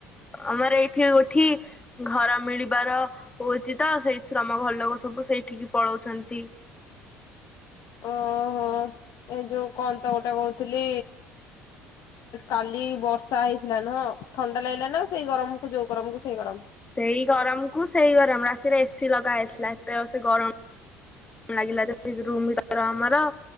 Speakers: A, on the left; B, on the left.
A: ଆମର ଏଇଠି ଗୋଠି ଘର ମିଳିବାର ହଉଛି ତ ସେଇଥିରୁ ତମ ଘରଲୋକ ସବୁ ସେଇଠିକି ପଳଉଛନ୍ତି।
B: ଓହୋ ଏ ଯୋଉ କହନ୍ତ ଗୋଟେ କହୁଥିଲି କାଲି ବର୍ଷା ହେଇଥିଲା ନହଁ ଥଣ୍ଡା ଲାଗିଲା ନା ସେଇ ଗରମ କୁ ଯୋଉ ଗରମ କ ସେଇ ଗରମ
A: ସେଇ ଗରମ କୁ ସେଇ ଗରମ ରାତିରେ ଏସି ଲଗା ହେଇସଥିଲାା ଏତେ ଅଛି ସେ ଗରମ ଲାଗିଲା ରୁମ ଭିତର ଆମର